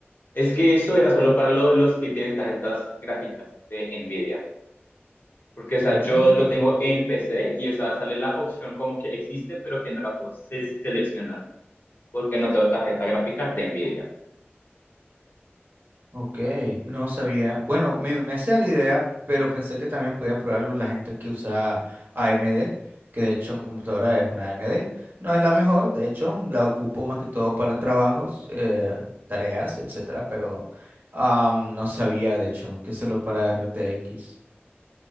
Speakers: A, on the left; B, on the right.
A: Es que eso era solo para lo- los que tienen tarjetas gráficas de Nvidia. Porque, o sea,
B: Mm,
A: yo lo
B: mm.
A: tengo en PC y, o sea, sale la opción como que existe, pero que no la puedo se- seleccionar. Porque no tengo tarjeta gráfica de Nvidia.
B: Ok, no sabía. Bueno, me, me hacía la idea, pero pensé que también podía probarlo la gente que usa AMD, que de hecho mi computadora es una AMD. No es la mejor, de hecho, la ocupo más que todo para trabajos, eh, tareas, etcétera, pero ah, no sabía de hecho que solo para RTX.